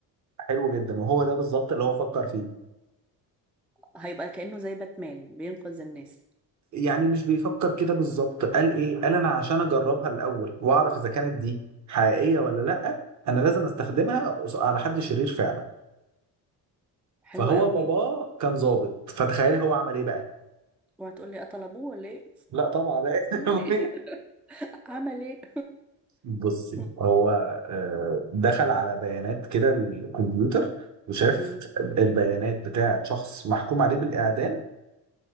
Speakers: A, on the right; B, in the centre.
A: حلو جدا وهو ده بالظبط اللي هو فكر فيه
B: هيبقى كأنه زي باتمان بينقذ الناس
A: يعني مش بيفكر كده بالظبط قال ايه قال انا عشان اجربها الاول واعرف اذا كانت دي حقيقيه ولا لا انا لازم استخدمها على حد شرير فعلا
B: حلو
A: فهو
B: قوي
A: باباه كان ظابط فتخيل هو عمل ايه بقى
B: اوعى تقول لي قتل ابوه ولا ايه
A: لا طبعا <laughs>
B: عمل ايه <laughs> لا، عمل ايه
A: بصي
B: <laughs>
A: هو آه، دخل على بيانات كده الكمبيوتر وشاف
B: مم.
A: البيانات بتاعة شخص محكوم عليه بالإعدام